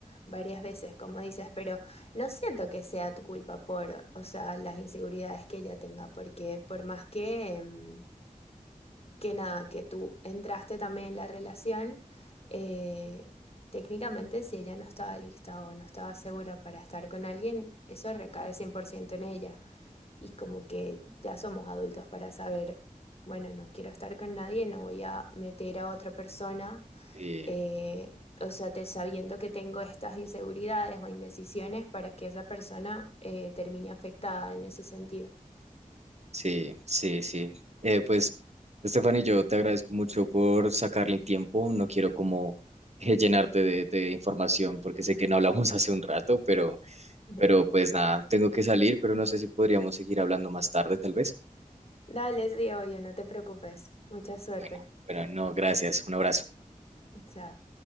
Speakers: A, on the left; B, on the right.
A: varias veces, como dices, pero no siento que sea tu culpa por, o sea, las inseguridades que ella tenga, porque por más que, em, que nada, que tú entraste también en la relación, eh, técnicamente si ella no estaba lista o no estaba segura para estar con alguien, eso recae 100% en ella. Y como que ya somos adultos para saber, bueno, no quiero estar con nadie, no voy a meter a otra persona,
B: Sí.
A: eh, o sea, te, sabiendo que tengo estas inseguridades o indecisiones para que esa persona eh, termine afectada en ese sentido.
B: Sí, sí, sí. Eh, pues, Stephanie, yo te agradezco mucho por sacarle el tiempo. No quiero como eh, llenarte de, de información porque sé que no hablamos <laughs> hace un rato, pero,
A: <laughs>
B: pero pues nada, tengo que salir, pero no sé si podríamos seguir hablando más tarde, tal vez.
A: Dale, sí, obvio, no te preocupes. Mucha suerte.
B: Bueno, bueno, no, gracias. Un abrazo.
A: Ya.